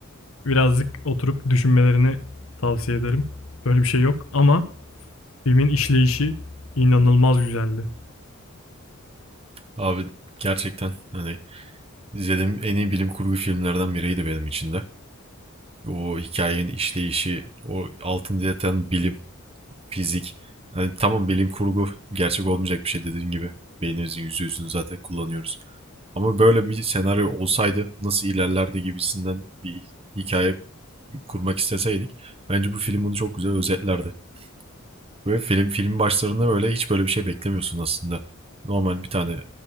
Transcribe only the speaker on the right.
Abi gerçekten hani izlediğim en iyi bilim kurgu filmlerden biriydi benim için de. O hikayenin işleyişi, o altın yatan bilim, fizik. Hani tamam bilim kurgu gerçek olmayacak bir şey dediğin gibi. Beynimizin yüzde yüzünü zaten kullanıyoruz. Ama böyle bir senaryo olsaydı nasıl ilerlerdi gibisinden bir hikaye kurmak isteseydik bence bu film bunu çok güzel özetlerdi. Böyle film film başlarında böyle hiç böyle bir şey beklemiyorsun aslında. Normal bir tane